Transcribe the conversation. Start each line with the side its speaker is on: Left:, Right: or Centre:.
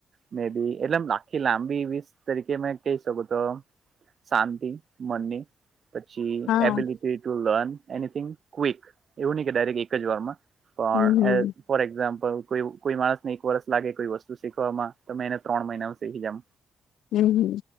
Right: મે બી એટલે આખી લાંબી વીસ તરીકે મે કહી શક તો શાંતિ મનની પછી
Left: હા
Right: ability to learn anything quick એવું નહી કે ડાયરેક્ટ એક જ વારમા પણ
Left: હમ હમ
Right: ફોર એક્ઝામ્પલ કોઈ માણસ ને એક વરષ લાગે કોઈ વસ્તુ શીખવામા તો મે ત્રણ મહિના સહી જમ
Left: હમ્મ હમ્મ.